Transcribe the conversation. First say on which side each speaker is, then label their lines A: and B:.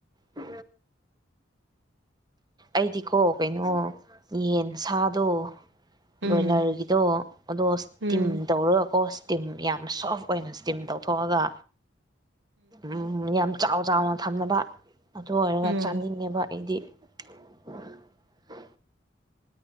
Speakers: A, on the right; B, on the right.
A: ꯑ ꯑꯩꯗꯤꯀꯣ ꯀꯩꯅꯣ ꯌꯦꯟ ꯁꯥꯗꯣ
B: ꯎꯝ
A: ꯕ꯭ꯔꯣꯏꯂꯔꯒꯤꯗꯣ ꯑꯗꯣ ꯏꯁꯇꯤꯝ
B: ꯎꯝ
A: ꯇꯧꯔꯒꯀꯣ ꯏꯁꯇꯤꯝ ꯌꯥꯝ ꯁꯣꯐ ꯑꯣꯏꯅ ꯏꯁꯇꯤꯝ ꯇꯧꯊꯣꯛꯑꯒ ꯎꯝ ꯌꯥꯝ ꯆꯥꯎ ꯆꯥꯎꯅ ꯊꯝꯅꯕ ꯑꯗꯨ ꯑꯣꯏꯔꯒ
B: ꯎꯝ
A: ꯆꯥꯅꯤꯡꯉꯦꯕ ꯑꯩꯗꯤ ꯎ